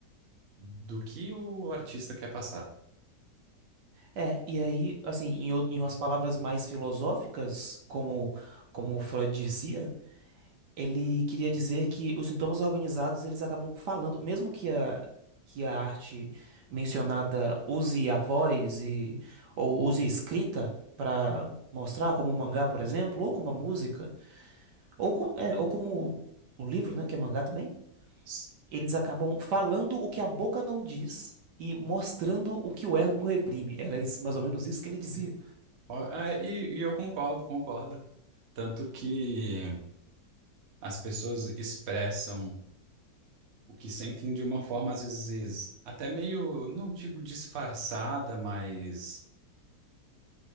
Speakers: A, on the right; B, on the right.
A: do que o artista quer passar.
B: É, e aí, assim, em, ou- em umas palavras mais filosóficas, como, como Freud dizia, ele queria dizer que os sintomas organizados, eles acabam falando, mesmo que a, que a arte mencionada use a voz e, ou use a escrita para mostrar, como o mangá, por exemplo, ou como a música, ou, co- é, ou como o livro, né, que é mangá também,
A: S-
B: eles acabam falando o que a boca não diz. E mostrando o que o ego reprime. Era isso, mais ou menos isso que ele dizia.
A: ó, é, E, e eu concordo, concordo. Tanto que as pessoas expressam o que sentem de uma forma, às vezes, até meio, não digo disfarçada, mas